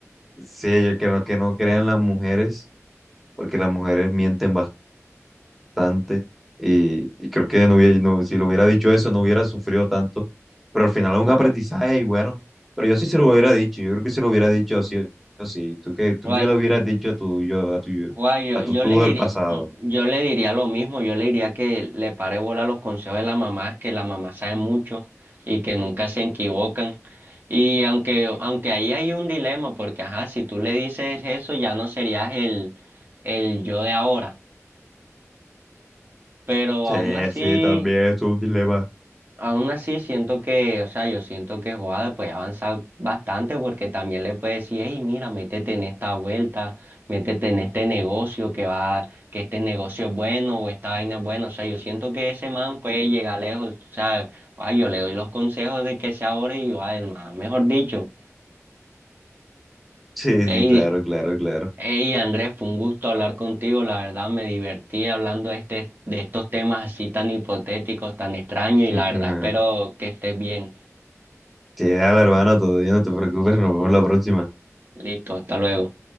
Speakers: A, in the centre; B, on the right.
A: sí, que no, que no crean las mujeres, porque las mujeres mienten bastante y, y creo que no hubiera, no, si lo hubiera dicho eso no hubiera sufrido tanto, pero al final es un aprendizaje y bueno, pero yo sí se lo hubiera dicho, yo creo que se lo hubiera dicho sí o sí, tú que, tú
B: Guau,
A: que
B: es-
A: lo hubieras dicho a tu yo, a tu yo,
B: guau, yo,
A: a
B: yo
A: tu tú
B: le diri-
A: del pasado.
B: yo le diría lo mismo, yo le diría que le pare bola a los consejos de la mamá, que la mamá sabe mucho y que nunca se equivocan. Y aunque, aunque ahí hay un dilema, porque ajá, si tú le dices eso, ya no serías el, el yo de ahora. Pero
A: Sí,
B: aún así.
A: sí, también es un dilema.
B: Aún así, siento que, o sea, yo siento que Juada puede avanzar bastante porque también le puede decir, hey, mira, métete en esta vuelta, métete en este negocio que va, que este negocio es bueno o esta vaina es buena. O sea, yo siento que ese man puede llegar lejos. O sea, Juada, yo le doy los consejos de que se ahora y va, man, mejor dicho,
A: Sí,
B: hey,
A: sí, claro, claro, claro.
B: hey, Andrés, fue un gusto hablar contigo. La verdad, me divertí hablando de este, de estos temas así tan hipotéticos, tan extraños
A: <laughs>
B: y la verdad, espero que estés bien.
A: Sí, dale, hermano, todo bien, no te preocupes, nos vemos la próxima.
B: Listo, hasta luego.